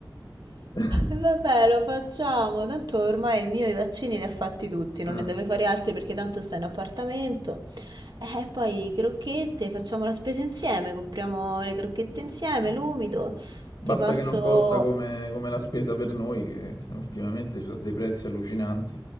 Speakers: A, on the left; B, on the right.
A: <laughs>
B: E vabbè, lo facciamo. Tanto ormai il mio i vaccini li ha fatti tutti, non
A: Eh,
B: ne deve fare altri perché tanto sta in appartamento. E poi crocchette, facciamo la spesa insieme, compriamo le crocchette insieme,
A: eh.
B: l'umido.
A: Basta
B: Ti passo.
A: che non costa come, come la spesa per noi, che ultimamente ci sono dei prezzi allucinanti.